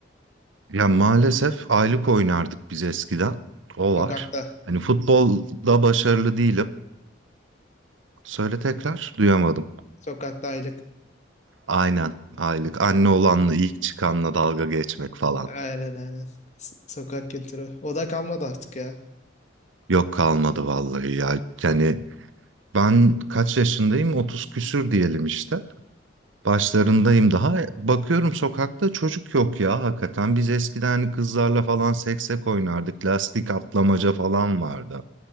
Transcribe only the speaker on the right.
Ya maalesef aylık oynardık biz eskiden. O var.
Hani futbolda başarılı değilim. Söyle tekrar. Duyamadım.
Aynen aylık. Anne olanla ilk çıkanla dalga geçmek falan.
Yok kalmadı vallahi ya. Yani ben kaç yaşındayım? 30 küsür diyelim işte. Başlarındayım daha. Bakıyorum sokakta çocuk yok ya hakikaten. Biz eskiden hani kızlarla falan seksek oynardık. Lastik atlamaca falan vardı.